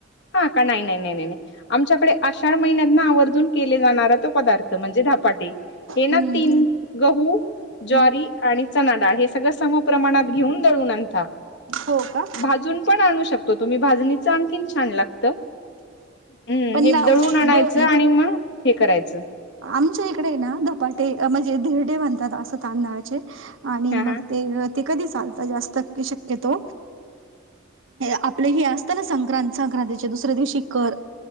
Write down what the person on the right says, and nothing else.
हम्म
हम्
हो का
पण
ना
ब
आमच्या इकडे ना धपाटे म्हणजे धिरडे म्हणतात असं तांदळाचे आणि
मग
ते ते कधी चालतात जास्त शक्यतो. आपलं हे असत ना संक्रां संक्रांतीचे दुसऱ्या दिवशी कर